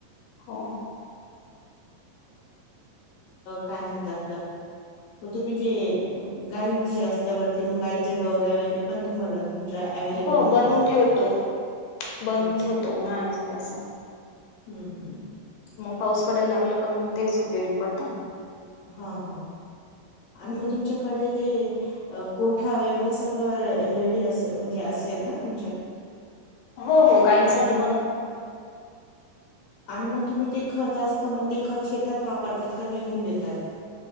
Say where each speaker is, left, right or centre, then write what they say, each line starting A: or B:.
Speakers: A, on the left; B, on the left.
A: हो
B: काय म्हणतात तुमच्याकडे गाई म्हशी आहे गाई म्हशी असतील तर तुम्ही गौर्या वगैरे पण तुमच्याकडे असतील तुमच्याकडे अवेलेबल
A: हो
B: होत
A: बनवून
B: असतील
A: ठेवतो बनवून
B: ना
A: उन्हाळ्यामध्ये असताना
B: हम्म हम्म
A: पाऊस
B: आ-
A: पडायला लागलं की मग ते उपयोगी येत
B: हा हा आणि
A: हम्म.
B: मग तुमच्याकडे ते तुमच्याकडे ते गोठा ते सगळं असेल ना मग
A: बनवलेलं आहे ना काही
B: आणि
A: साठी
B: आणि त्यांचं खत तुम्ही शेतात टाकता का ते विकून टाकतात